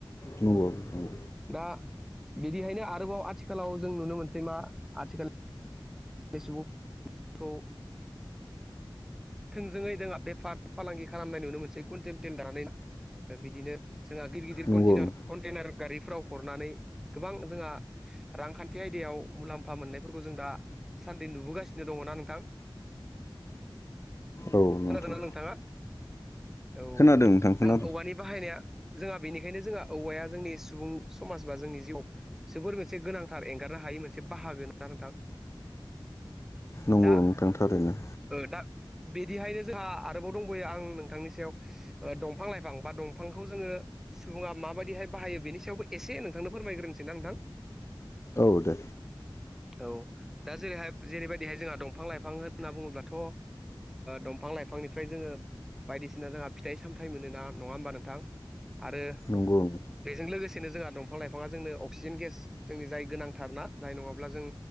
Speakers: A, on the left; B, in the centre.
A: नंगौ नंगौ।
B: दा बिदिहायनो आरोबाव आथिखालाव जों नुनो मोनसै मा आथिखाल बे सुबुंखौ ओ थोंजोङै दोङहा बेफार फालांगि खालामनाय नुनो मोनसे कन्टेमटन्डारानानै बिदिनो जोंहा गिदिर गिदिर
A: नंगौ नोंथां
B: कार कन्टेनार गारिफ्राव हरनानै गोबां जोंहा रांखान्थि आयदायाव मुलाम्फा मोननायफोरखौ जों दा सान्दि नुबोगासिनो दङना नोंथां
A: औ
B: खोनादोंना
A: नोंथां
B: नोंथाङा औ
A: खोनादों नोंथां खोनादों
B: दा औवानि बाहायनाया जोंहा बेनिखायनो जोंहा औवाया जोंनि सुबुं समाज बा जोंनि जिउआव जोबोर मोनसे गोनांथार एंगारनो हायि मोनसे बाहागो ना नोंथां
A: नंगौ
B: दा
A: नोंथां थारैनो
B: दा बिदिहायनो जोंहा आरोबाव दंबावयो आं नोंथांनि सायाव दंफां लाइफां बा दंफांखौ जोङो सुबुङा माबायदिहाय बाहायो बेनि सायावबो एसे नोंथांनो फोरमायग्रोनोसै नां नोंथां
A: औ दे
B: औ दा जेरैहाय जेरैबायदिहाय जोंहा दंफां लाइफां होनना बुङोब्लाथ' दंफां लाइफांनिफ्राय जोङो बायदिसिना जोंहा फिथाइ सामथायाइ मोनोना नङा होमबा नोंथां आरो
A: नंगौ औ
B: बेजों लोगोसेनो जोंहा दंफां लाइफाङा जोंनो अक्सिजेन गेस जोंनि जाय गोनांथारनाा जाय नङाब्ला जों